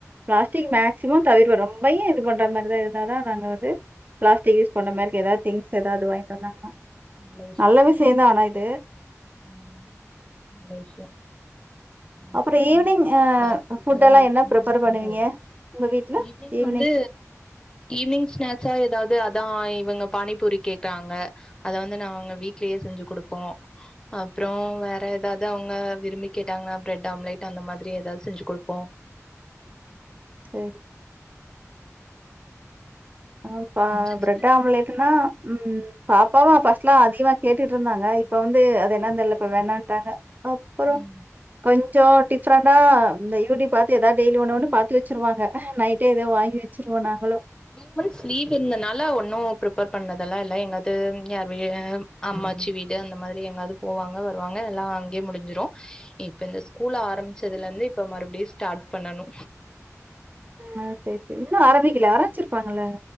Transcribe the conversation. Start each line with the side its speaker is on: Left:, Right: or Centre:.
Right: பிளாஸ்டிக் மேக்சிமம் திவிர ரொம்ப <unintelligible> நாங்க வந்து பிளாஸ்டிக் யூஸ் பண்ன மாரி திங்ஸ் ஏதாவது வாங்கிட்டு வந்தாங்கன
Left: நல்ல
Right: நல்லா விசயம்தா ஆனா இது
Left: ஆமாமா நல்ல விஷ்யோ மோஸ்ட்லி
Right: அப்புறம் ஈவினிங்
Left: முடிஞ்ச அளவுக்கு
Right: அ
Left: பிளாஸ்டிக்
Right: ஃபுட்டெல்லாம்
Left: எல்லா யூஸ்
Right: என்ன
Left: பண்ணாம
Right: ப்ரிப்பேர்
Left: இருக்கறது
Right: பண்ணுவீங்க?
Left: நல்லத்தா
Right: உங்க வீட்ல
Left: ஈவ்னிங்
Right: ஈவினிங்?
Left: வந்து ஈவ்னிங் ஸ்நாக்ஸா எதாவ்து அதா இவுங்க பானிபூரி கேட்டாங்க அத வந்து நாங்க வீட்லியே செஞ்சு குடுப்போ அப்புறோ வேற எதாவது அவுங்க விரும்பி கேட்டாங்கனா பிரெட் ஆம்லெட் அந்த மாதிரி எதாவது செஞ்சு குடுப்போ
Right: செர் ஆ பா
Left: கொஞ்ச
Right: பிரெட்
Left: சின்ன
Right: ஆம்லேட்னா ம் ம் பாப்பாவு ஃபஸ்ட்லா அதிகமா கேட்டுட்ருந்தாங்க இப்ப வந்து அது என்னான் தெர்ல இப்ப வேணாண்ட்டாங்க அப்பறோ
Left: ம்
Right: கொஞ் ச்சோ டிப்ஃரெண்டா இந்த யூடிப் பாத்து எதா டெய்லி ஒன்னு ஒன்னு பாத்து வெச்சுருவாங்க நைட்டே எதோ வாங்கி வெச்சுருவோ நாங்களு
Left: மந்த்ஸ் லீவ் இருந்தனால ஒன்னு ப்ரிபேர் பண்ணதெல்லா இல்ல எங்காது யார் வீ அம்மாச்சி வீடு அந்த மாதிரி எங்காவ்து போவாங்க வருவாங்க எல்லா அங்யே முடிஞ்சிரு இப்ப இந்த ஸ்கூல் ஆரம்பிச்சதுலந்து இப்ப மறுபடியு ஸ்டாட் பண்ணணு
Right: ஆஹ் செரி செரி இன்னு ஆரம்பிக்கல ஆரம்பிச்சிருப்பாங்கல்ல